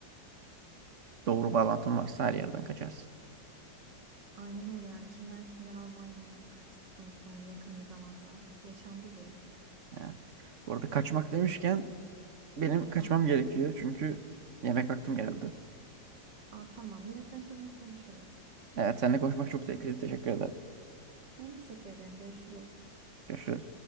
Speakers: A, on the right (about 50°); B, on the right (about 70°).
A: Doğru bağlantın varsa her yerden kaçarsın.
B: Aynen öyle yani kimler kimler Almanya'ya kaçtı sonuçta yani yakın bir zamanda. Yaşandı bu.
A: Evet. Bu arada kaçmak demişken benim kaçmam
B: Aa,
A: gerekiyor. Çünkü yemek vaktim geldi.
B: aa, tamam yemekten sonra yine konuşuruz.
A: Evet seninle konuşmak çok zevkliydi. Teşekkür ederim.
B: Ben teşekkür ederim. Görüşürüz.
A: Görüşürüz.